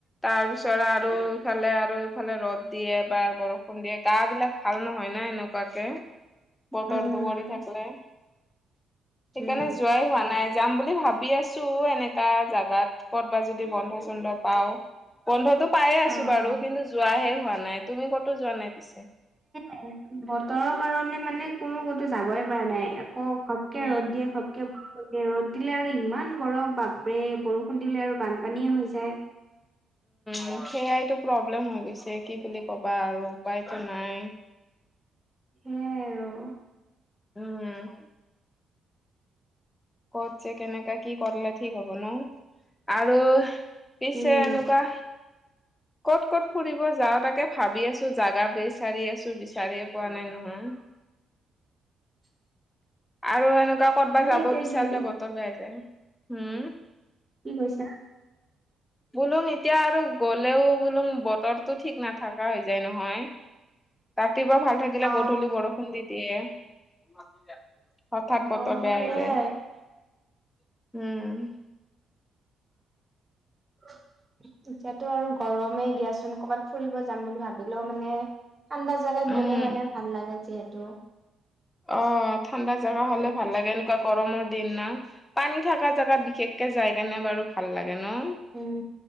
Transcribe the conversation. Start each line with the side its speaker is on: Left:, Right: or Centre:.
Left: তাৰ পিছত আৰু ইফালে আৰু ইফালে ৰ'দ দিয়ে এবাৰ বৰষুণ কোনবে গা বিলাক ভাল নহয় না এনেকুৱাকে বতৰটো
Right: উম
Left: কৰি থাকলে সেইকাৰণে
Right: উম
Left: যোৱাই হোৱা নাই যাম বুলি ভাবি আছো এনাকা জাগাত ক'ত বা যদি বন্ধ চন্ধ পাওঁ বন্ধটোত পাইয়ে আছো
Right: অ
Left: বাৰু
Right: অ।
Left: কিন্তু যোৱাহে হোৱা নাই তুমি কতো যোৱা নাই পিছে
Right: অ বতৰৰ কাৰণে মানে কোনো কতো যাবই পৰা নাই আকৌ ঘপকে
Left: উম
Right: ৰ'দ দিয়ে খপকে বৰষুণ দিয়ে ৰ'দ দিলে আৰু ইমান গৰম বাপৰে বৰষুণ দিলে আৰু বানপানীয়ে হৈ যায়।
Left: উম সেয়াইটো প্ৰব্লেম হৈ গৈছে কি বুলি ক'বা আৰু উপায়টো নাই
Right: সেয়াই আৰু
Left: উম কত যে কেনেকা কি কৰিলে ঠিক হ'ব ন আৰু পিছে
Right: উম
Left: এনেকোৱা ক'ত ক'ত ফুৰিব যাও তাকে ভাবি আছো জাগা বিচাৰি আছো বিচাৰিয়ে পোৱা নাই নহয়।
Right: <unintelligible>
Left: আৰু এনেকোৱা কৰবাত
Right: মানে
Left: যাব
Right: এতিয়া
Left: বিচাৰিলে
Right: যিহেতু
Left: বতৰ বেয়া যায় হম
Right: কি কৈছা?
Left: বোলো এতিয়া আৰু গ'লেও বোলো বতৰতো ঠিক নাথাকা হৈ যায় নহয়। ৰাতিপুৱা ভাল থাকিলে
Right: অ
Left: গধূলি বৰষুণ দি দিয়ে হঠাৎ বতৰ
Right: অ
Left: বেয়া
Right: সেইয়াই।
Left: হৈ যায় উম
Right: এতিয়াতো আৰু গৰমে দিয়াচোন কৰ'বাত ফুৰিব যাম বুলি ভা বিলেও মানে ঠাণ্ডা জাগাত
Left: উম
Right: গ'লে মানে ভাল লাগে যিহেতু
Left: অ ঠাণ্ডা জেগা
Right: সেইটোয়ে।
Left: হলে ভাল লাগে এনেকোৱা গৰমৰ দিন না পানী থকা জেগাত বিশেষকে যাই কেনে বাৰু ভাল লাগে ন
Right: উম